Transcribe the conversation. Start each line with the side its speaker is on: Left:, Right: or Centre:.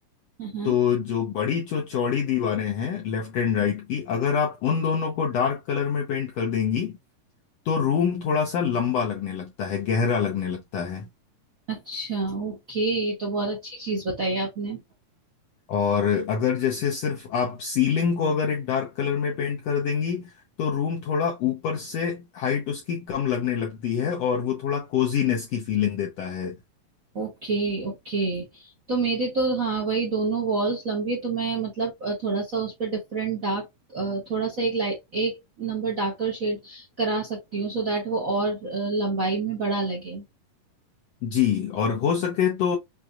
Right: हाँ
Left: तो जो बड़ी जो चौड़ी दीवारें हैं लेफ्ट एंड राइट की अगर आप उन दोनों को डार्क कलर में पेंट कर देंगी तो रूम थोड़ा सा लंबा लगने लगता है गहरा लगने लगता है
Right: अच्छा ओके ये तो बहुत अच्छी चीज बताई आपने
Left: और अगर जैसे सिर्फ आप सीलिंग को अगर एक डार्क कलर में पेंट कर देंगी तो रूम थोड़ा ऊपर से हाइट उसकी कम लगने लगती है और वो थोड़ा कोजीनेस की फीलिंग देता है
Right: ओके ओके तो मेरे तो हाँ वही दोनों वॉल्स लंबी है, तो मैं मतलब अ, थोड़ा सा उस पर डिफरेंट डार्क थोड़ा सा एक लाइट एक नंबर डार्कर शेड करा सकती हूँ सो दैट वो और अ, लंबाई में बड़ा लगे
Left: जी और हो सके तो